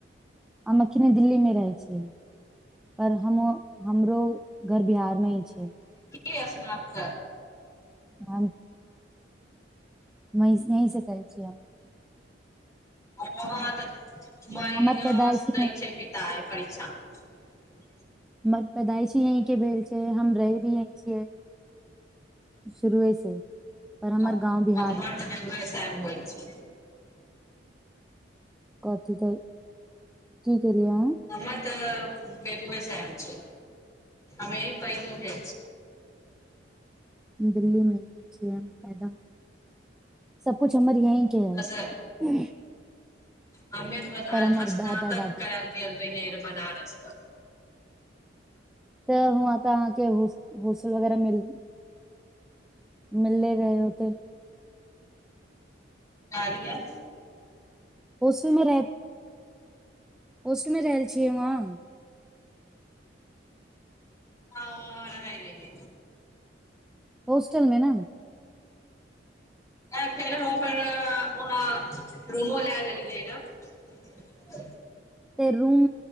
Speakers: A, in the centre; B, on the left (about 20°).
A: हम अखने दिल्ली मे रहै छी। पर हम। हमरो घर बिहारमे ही छै।
B: क असना्त।
A: ह यी से कहै छियै।
B: ओ ह त। मइनस
A: हमर पैदाइश ही
B: दै
A: यहीं के
B: छै बीतय
A: भेल
B: परीक्षा म।
A: हमर पैदाइ यहीं से भेल छै हम रहे भी यहीं छियै शुरुए से। पर हमर
B: अर
A: गाँव बिहार
B: तऽ
A: मे है
B: दर सब होइ छै।
A: कथी कहइ की केलिय अहाँ।
B: हमर तऽ भेगू बेैसब छै अमे पैदू भे।
A: दिल्ली मे छ पैदा सबकुछु हमर। यही के
B: बस
A: है।
B: हमें त
A: पर हमर
B: स्नातककरैले
A: दादा दादी
B: गेल रहिये बनारस स।
A: तऽ वहाँ तऽ अहाँके हो होस्टल वगैरह मिल मिलले रहे होते।
B: की कहलिये।
A: होटलमे रह होस्टलमे रहल छियै वहाँ।
B: हा वांहा रहई रहिये।
A: होस्टल में न।
B: आ फेर हम अपन वहाँ रूमो लए लेलियै र।
A: तऽ रूम